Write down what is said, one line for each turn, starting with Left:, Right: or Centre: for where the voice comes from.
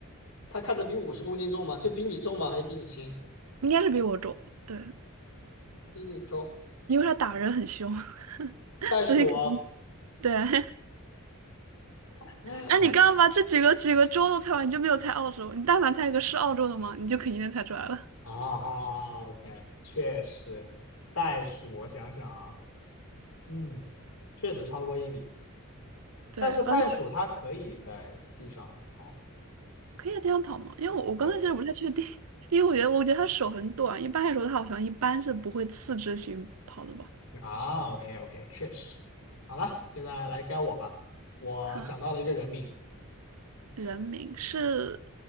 Left: 它看着比五十公斤重吗？就比你重吗？还是比你轻？
Right: 应该是比我重。对，
Left: 比你重。
Right: 因为它打人很凶，<laughs>
Left: 袋鼠啊
Right: 所以肯定对。<laughs>
Left: 嗯
Right: 哎，你刚刚把这几个几个州都猜完，你就没有猜澳洲。你但凡猜一个是澳洲的嘛，你就肯定能猜出来了。
Left: <laughs> 啊啊，OK，确实，袋鼠，我想想啊，嗯，确实超过一米。
Right: 对，
Left: 但是袋鼠它可以在地上跑。
Right: 而且它可以在地上跑嘛，因为我我刚才其实不太确定，
Left: 对
Right: <laughs> 因为我觉得我觉得它手很短，一般来说它好像一般是不会四肢行跑的吧。
Left: 啊，OK OK，确实。好了，现在来该我吧。我想到了一个人名，
Right: 哈，人名是